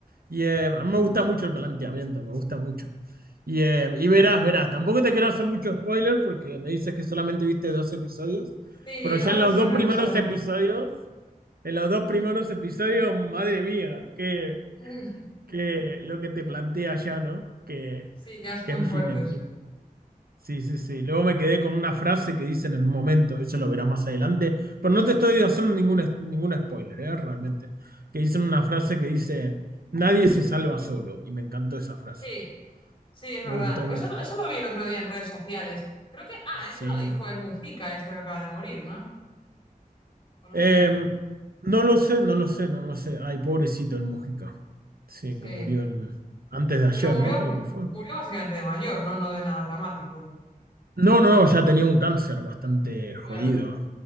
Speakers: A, on the right; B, on the left.
A: Y eh, a mí me gusta mucho el planteamiento, me gusta mucho. Y, eh, y verás, verás, tampoco te quiero hacer mucho spoiler porque me dices que solamente viste dos episodios,
B: Sí,
A: pero ya
B: no
A: en los
B: sé si
A: dos
B: Franco
A: primeros
B: será.
A: episodios, en los dos primeros episodios, madre mía, que,
B: Mm,
A: que lo que te plantea ya, ¿no? Que,
B: Sí, ya es
A: que
B: muy
A: en
B: fuerte
A: fin, en fin. Sí, sí, sí. Luego me quedé con una frase que dicen en un momento, eso lo verás más adelante, pero no te estoy haciendo ningún, es- ningún spoiler, ¿eh? Realmente. Que dicen una frase que dice, nadie se salva solo, y me encantó esa frase.
B: Sí, sí, es verdad.
A: Me gusta mucho.
B: Eso, eso lo vi el otro día en redes sociales. Creo que, ah,
A: Sí.
B: eso lo dijo el Mujica, este que acaba de morir, ¿no? O no
A: Em,
B: sé,
A: no lo sé, no lo sé, no lo sé. Ay, pobrecito el Mujica. Sí,
B: sí.
A: que murió el... antes de ayer,
B: Pero murió,
A: ¿no? Creo que fue.
B: murió básicamente de mayor, ¿no? No de nada dramático.
A: No, no, no, ya tenía un cáncer bastante jodido,
B: Claro,
A: ¿eh?